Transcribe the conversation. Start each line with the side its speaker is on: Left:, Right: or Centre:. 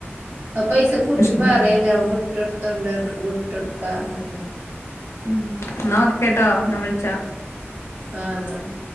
Right: ആ പൈസ കൂട്ടിപ്പറ
Left: പക്ഷെ
Right: ഞാൻ വിട്ടടുത്തോണ്ട് വിട്ടെടുക്കാക്ക
Left: ഉം ന്നാഒക്കെട്ടോ ഞാൻ വിളിച്ചാ
Right: ആഹ് എന്നാ ഓക്കേ